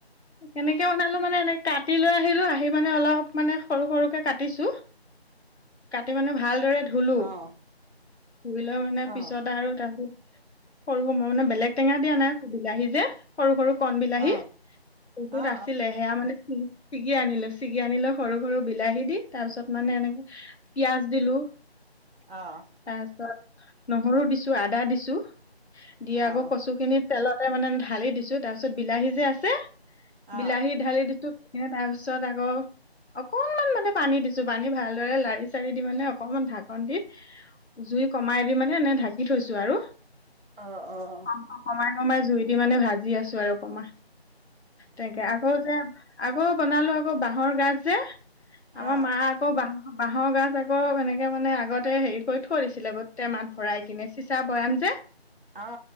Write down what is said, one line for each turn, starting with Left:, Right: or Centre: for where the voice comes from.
Left: কেনেকে বনালো মানে এনে কাটি লৈ আহিলো আহি মানে অলপ মানে সৰু সৰুকে কাটিছো <unintelligible> কাটি মানে ভালদৰে ধুলো
Right: অ
Left: ধুই লৈ মানে
Right: অ
Left: পিছত আৰু তাৰপিছত সৰু সম ময় মানে বেলেগ টেঙা দিয়া নাই বিলাহী যে সৰু সৰু কণ বিলাহী
Right: অ
Left: এইটোত
Right: অ
Left: আছিলে সেয়া মানে ছিগি আনিলো ছিগি আনিলো সৰু সৰু বিলাহী দি তাৰ পিছত মানে এনেকে পিয়াঁজ দিলো <unintelligible>
Right: অ অ অ অ
Left: তাৰপিছত নহৰু দিছো আদা দিছো দি
Right: অ
Left: আকৌ কচু খিনি তেলতে মানে ঢালি দিছো তাৰপিছত বিলাহী যে আছে
Right: অ অ
Left: বিলাহী ঢালি দিছো এ তাৰ পিছত আকৌ অকনমান মানে পানী দিছো পানী ভালদৰে লাৰি চাৰি দি মানে অকনমান ঢাকন দি জুই কমাই দি মানে এনে ঢাকি থৈছো আৰু
Right: অ অ
Left: কম কমাই কমাই জুই দি মানে ভাজি আছো আৰু কমা তেনেকে আকৌ যে আকৌ বনালো আকৌ বাঁহৰ গাজ যে
Right: অ অ
Left: আমাৰ
Right: অ
Left: মা আকৌ বাহ বাঁহৰ গাজ আকৌ এনেকে মানে আগতে হেৰি কৰি থৈ দিছিলে গোট মাত ভৰাই কিনে চিচা বৈয়াম যে
Right: অ